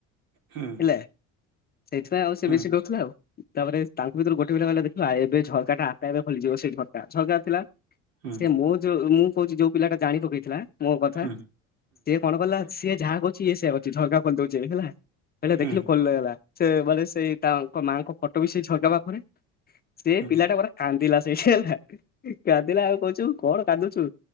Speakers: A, on the right; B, on the left.
A: ହୁଁ
B: ହେଲା ସେଇଥିପାଇଁ ଆଉ ସେ
A: ହୁଁ ହୁଁ
B: ବେଶୀ ଡରୁଥିଲା ଆଉ ତାପରେ ତାଙ୍କୁ ଭିତରୁ ଗୋଟେ ପିଲା କହିଲା ଦେଖିବୁ ଏବେ ଝରକା ଟା ଆପେ ଆପେ ଖୋଲି ଯିବ ସେଇ ଝକା ଝରକା ଥିଲା।
A: ହୁଁ
B: ସେ ମୋ ଯୋଉ ମୁଁ କହୁଛି ଯୋଉ ପିଲାଟା ଜାଣି ପକେଇଥିଲା ମୋ କଥା
A: ହୁଁ
B: ସେ କଣ କଲା ସିଏ ଯାହା କହୁଛିି ସେୟା କରିଦଉଛି ଝରକା ଖୋଲି ଦଉଛି ହେଲା ଏଟା
A: ହୁଁ
B: ଦେଖିଲୁ ଖୋଲି ହେଇଗଲା। ସେ ମାନେ ସେଇ ତାଙ୍କ ମାଆଙ୍କ ଫଟୋ ବି ସେଇ ଝରକା ପାଖରେ ସେ
A: ହୁଁ
B: ପିଲାଟା ପୁରା କାନ୍ଦିଲା ସେଇଠି ହେଲା କାନ୍ଦିଲା ଆଉ କହୁଛୁ କଣ କାନ୍ଦୁଛୁ?